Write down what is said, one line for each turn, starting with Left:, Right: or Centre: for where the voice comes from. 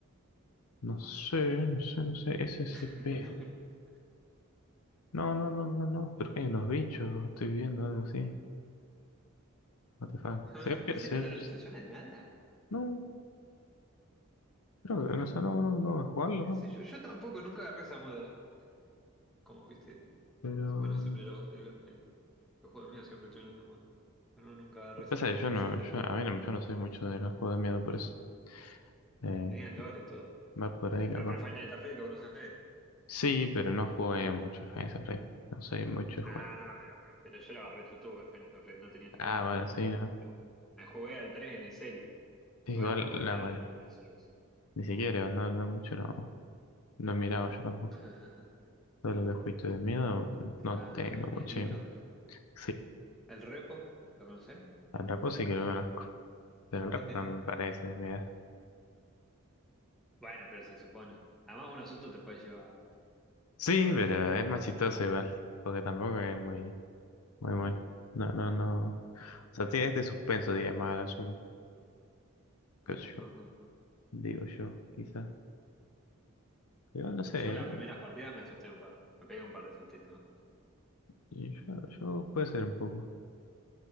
Left: No sé, no sé, no sé. S C
Centre: <laughs>
Left: P No, no, no, no, no. Pero que hay unos bichos. Estoy viendo algo así. What the fuck.
Centre: Ah,
Left: Se, ve-
Centre: ¿En serio
Left: se-
Centre: no lo- te suena de nada?
Left: no, creo que o sea, no, no, no voy a jugarlo,
Centre: ¿Qué
Left: ¿no?
Centre: sé yo? Yo tampoco nunca agarré esa moda. Como viste,
Left: Pero...
Centre: bueno, siempre lo- el- el- los juegos míos siempre estuvieron de moda. Pero no, nunca agarré esa
Left: Pasa
Centre: moda
Left: que yo
Centre: del
Left: no,
Centre: SCP.
Left: yo, a mí no, yo no sé mucho de los juegos de miedo, por eso. Eh,
Centre: Tenían lore, todo.
Left: va por ahí capaz.
Centre: Bueno, pero Final Nights at Freddy lo conocés.
Left: Sí, pero no jugué mucho Final Rey. No soy mucho
Centre: No,
Left: de jugar.
Centre: no, pero, pero yo lo agarré en YouTube, el Final Nights at Freddy. No tenía ni
Left: Ah,
Centre: compu,
Left: vale,
Centre: nada.
Left: sí, no.
Centre: Me, ju- me jugué al 3 en el celu.
Left: Sí,
Centre: Bueno,
Left: igual,
Centre: lo bueno
Left: la
Centre: es que te dan
Left: vale.
Centre: en el celu.
Left: Ni siquiera, no, no mucho, no, no miraba yo tampoco.
Centre: <laughs>
Left: Todo lo que juguito de miedo, no
Centre: Te da
Left: tengo mucho.
Centre: mierito.
Left: Sí,
Centre: ¿El repo? ¿Lo conocés?
Left: al rapo sí que lo conozco. Pero
Centre: <laughs>
Left: el rapo no me parece de miedo.
Centre: Bueno, pero se supone. Además, un susto te puede llevar,
Left: Sí,
Centre: pero bueno,
Left: pero
Centre: hasta que te acostumbras.
Left: es más chistoso igual. Porque tampoco es muy, muy, muy. No, no, no. O sea, tiene este suspenso, diría más a lo sumo. Qué sé yo.
Centre: Ujú, ujú,
Left: Digo yo, quizás. Igual
Centre: ujú.
Left: no sé,
Centre: Yo
Left: ¿eh?
Centre: las primeras partidas me asusté un par, me pegué un par de sustitos.
Left: Y Yo, yo puede ser un poco.